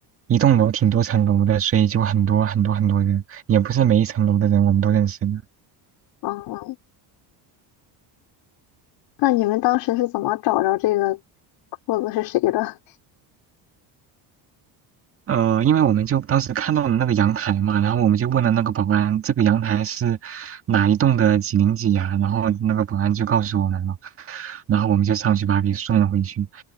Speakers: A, on the right; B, on the left.
A: 一栋楼挺多层楼的，所以就很多很多很多人，也不是每一层楼的人我们都认识的。
B: 啊、那你们当时是怎么找着这个裤子是谁的？
A: 呃，因为我们就当时看到了那个阳台嘛，然后我们就问了那个保安，这个阳台是哪一栋的几零几呀、然后那个保安就告诉我们了，然后我们就上去把他给送了回去。